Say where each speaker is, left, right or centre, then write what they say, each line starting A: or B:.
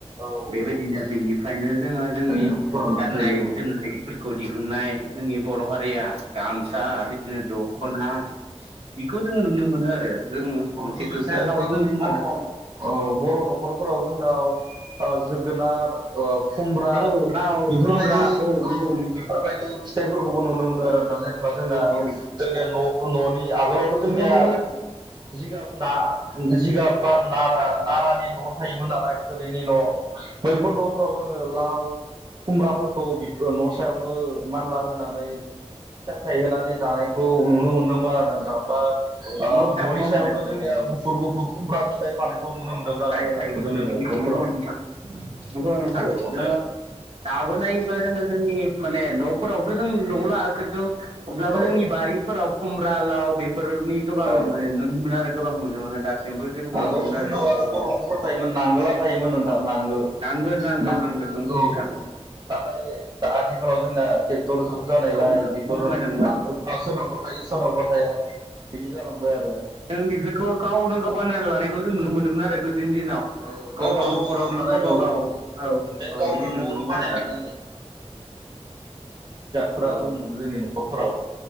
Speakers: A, on the right; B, on the right.
A: औ
B: बेबायदिनो
A: नोंथां
B: बिनिफ्रायनो जोङो जोंनि
A: न'खरफोराव बेफोर
B: गाननाय
A: थायो औ
B: जोमनायफोरखौ दिहुन मोननाय जोंनि बर' हारि या गामसा बिदिनो दख'ना बिखौ जोङो नुनो मोनो आरो जों मोनसे
A: लोगोसे
B: गोग्गाथाव
A: दा
B: जों
A: जोंनि
B: होननानै
A: बर ओ बर' न'खरफोराव जोंनाव ओ जोगोनार ओ खुमब्रा
B: औ लाव
A: बेफोरबायदि
B: खुमब्रा नंगौ
A: औ बेफोरबायदि फिथाइफोरखौबो नुनो मोनो आरो दा जेनेबा
B: नंगौ
A: जोंना जोंनिया न' न'नि आगोलावथ' जोंनिया
B: औ न'
A: जिगाब बा जिगाब बा नारा नारानि न' थायोमोन नालाय थोरिनि न'। बैफोर न'फोराव जोङो लाव खुमब्राफोरखौ बि न' स फिथाइयावनो मानला होनानै फिथाइ थाइहोनानै जानायखौ नुनो मोनदोंमोन आरोना। ओ
B: न'नो औ न' थारैनो
A: ननि सा सायावनो
B: औ न'
A: जोंनिया
B: औ न' सायाव न' होननायखौ औ
A: गुफुर गुफुर खुमब्रा फिथाइ फानायखौ नुनो मोन्दोंमोन
B: थायो
A: आरो नोंथां
B: थायो
A: जोंनि न'खरफोराव।
B: नंगौ नोंथां नंगौ नोंथां
A: आगोलावहाय
B: जोङो
A: औ
B: दाबो नायोब्ला जोङो जोंनि माने न'फोरावथ' जों न'आव ला खिन्थु अब्लाबो
A: औ
B: जोंनि बारिफोराव खुमब्रा लाव बे फोरनि गोबां
A: औ
B: नुनो मोनो आरो गोबां नुनो मोनो दासिमबो जों नुनो
A: आगोलाव
B: मोनो
A: जोंनाव
B: बेफोरखौ
A: आरो बर' न'खरफोराव थायोमोन नांगोला थायोमोन नोंथां नांगोल।
B: नांगोन नांगोन
A: नांगोल
B: नांगोन नंगौ
A: औ
B: नोंथां
A: नाथाय आथिखालाव जोंना तेक थर जुग जानायलाय
B: खमायलांबा
A: बेफोर नांगोलफोरा सोरनावबा थायो सोरनावबा थाया। बिदि जालांबाय आरो
B: जों बेफोरखौ गावनो गाव बानायना लानायखौ जों नुनो मोनोमोन आरो गोदोनि दिनाव
A: औ
B: गावबा
A: जों
B: गाव न'खरावनो
A: लानाय
B: गावबा
A: औ
B: गाव। औ
A: बे
B: औ
A: गावनो
B: बिदि
A: न'आवनो
B: नुदोंमोन
A: बानायनानै
B: आरो।
A: फोर दंमोन
B: औ
A: जोंनि न'खरफोराव।